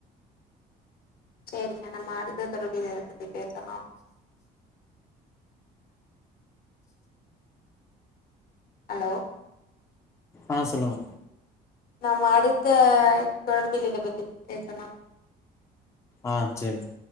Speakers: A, on the left; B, on the left.
A: செரிங்க நம்ம அடுத்த தலப்புல இத பத்தி பேசலாம் ஹலோ
B: ஆ சொல்லுங்க
A: நாம அடுத்த தொடர்புல இத பத்தி பேசலாம்
B: ஆ செரிங்க